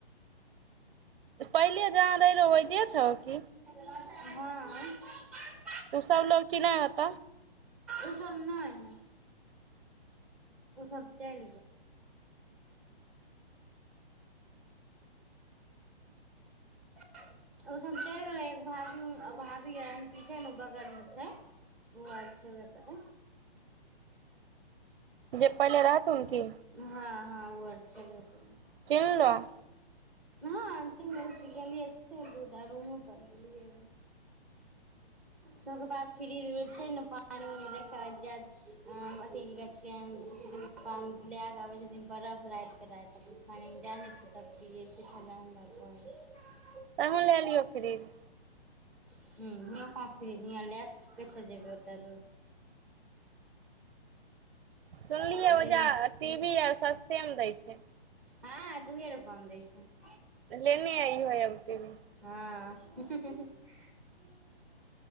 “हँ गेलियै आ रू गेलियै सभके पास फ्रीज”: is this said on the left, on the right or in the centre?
Centre